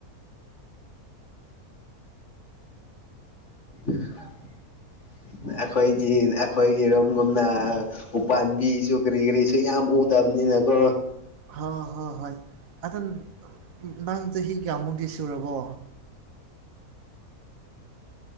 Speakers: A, on the left; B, on the right.
A: <unintelligible> ꯑꯩꯈꯣꯏꯒꯤ- ꯑꯩꯈꯣꯏꯒꯤꯔꯣꯝꯒꯨꯝꯅ ꯎꯄꯥꯥꯟꯝꯕꯤꯁꯨ ꯀꯔꯤ- ꯀꯔꯤꯁꯨ ꯌꯥꯝ ꯎꯗ ꯇꯕꯅꯤꯅꯀꯣ
B: ꯍ ꯍꯣ ꯍꯣꯏ ꯑꯗꯝ ꯅꯪ ꯆꯍꯤ ꯀꯌꯥꯃꯨꯛꯇꯤ ꯁꯨꯔꯕꯣ